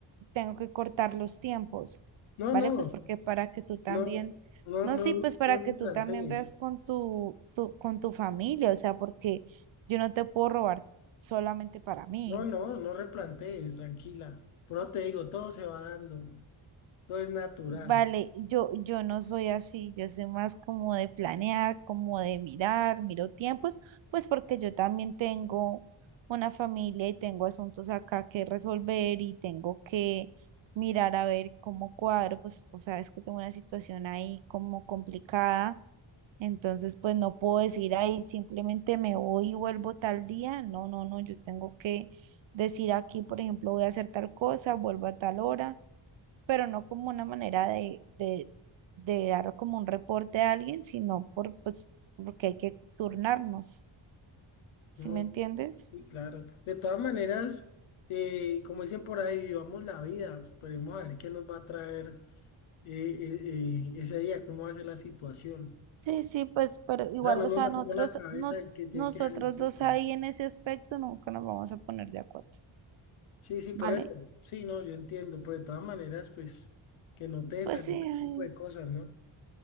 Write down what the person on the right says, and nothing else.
tengo que cortar los tiempos,
¿vale?
Pues porque para que tú también,
no,
sí,
pues para que
tú también veas con tu, tu, con tu familia, o sea, porque yo no te puedo robar solamente para mí.
Vale, yo, yo no soy así, yo soy más como de planear, como de mirar, miro tiempos, pues porque yo también tengo una familia y tengo asuntos acá que resolver y tengo que mirar a ver cómo cuadro, pues o sea, es que tengo una situación ahí como complicada, entonces pues no puedo decir ahí simplemente me voy y vuelvo tal día, no, no, no, yo tengo que decir aquí, por ejemplo, voy a hacer tal cosa, vuelvo a tal hora pero no como una manera de, de, de dar como un reporte a alguien, sino por, pues, porque hay que turnarnos, ¿sí
me entiendes?
Sí, sí, pues, pero igual,
o
sea,
nosotros,
nos,
nosotros
dos ahí en ese aspecto nunca nos vamos a poner de acuerdo,
¿vale?
Pues sí, ay,